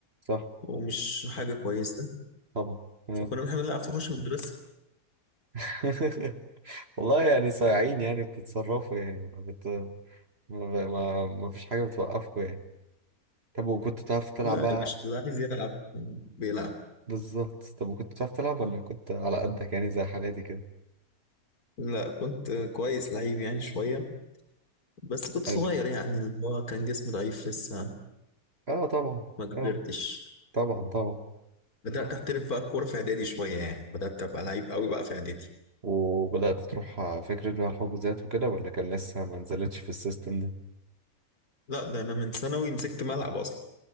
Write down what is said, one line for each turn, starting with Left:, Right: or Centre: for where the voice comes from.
Right: صح
Left: ومش حاجة كويسة
Right: طبعا آه.
Left: فكنا بنحب نلعب في حوش المدرسة
Right: <laughs> والله يعني صايعين يعني بتتصرفوا يعني ما بت ما, ب... ما... ما فيش حاجة بتوقفكم يعني طب وكنت بتعرف تلعب
Left: لا
Right: بقى
Left: يا باشا اللي عايز يلعب بيلعب
Right: بالظبط طب وكنت بتعرف تلعب ولا كنت على قدك يعني زي حالاتي كده
Left: لا كنت كويس لعيب يعني شوية بس كنت
Right: حلو
Left: صغير يعني اللي هو كان جسمي ضعيف لسه
Right: اه طبعا
Left: ما كبرتش
Right: اه طبعا طبعا
Left: بدأت أحترف بقى الكورة في إعدادي شوية يعني بدأت أبقى لعيب قوي بقى في إعدادي
Right: وبدأت تروح آه، فكرة بقى الحجوزات وكده ولا كان لسه ما نزلتش في السيستم ده
Left: لا ده أنا من ثانوي مسكت ملعب أصلا